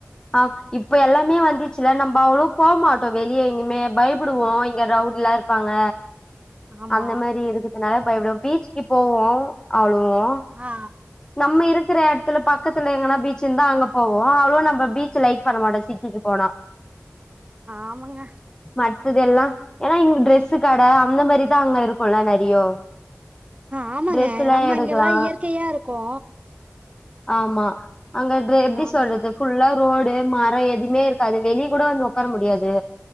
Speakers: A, on the left (about 15°); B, on the right (about 25°).
A: ஆ இப்ப எல்லாமே வந்துச்சுல நம்ம அவ்ளோ போமாட்டோ வே கியே எங்கிமே பயப்படுவோ
B: ஆ
A: இங்க ரவுட்லேக் பாங்க
B: ஆமா
A: அந்த மெரி இருக்குது அனால பயப்டுவோ பீச்சுக்குப்போவோ அவ்ளோ வோ
B: ஆ
A: நம்ம இருக் இருக்கிற எடத்துல பக்கத்துல எங்கனா பீச் இருந்தா அங்க போவோ அவ்ளோ நம்ம பீச்சு லைக் பண்ண மாட்டோ சிட்டிக்கு போனா
B: ஆமாங்க
A: மத்ததெல்லா ஏனா இங்க டிரரெஸ்சு கட அந்த மெரிதா அங்க இருக்குல நெறையோ
B: ஆமாங்க
A: ட்ரெஸ் எல்லா
B: நம்ம
A: எடுக்கலா
B: இங்கெல்லா இயற்கையா இருக்கோ
A: ஆமா அங்க டேரே எப்டி
B: அங்க
A: சொல்றது ஃபுல்லா ரோடு மர எதுமே இருக் காது வெளி கூட வந்து ஒக் உக்கார முடியாது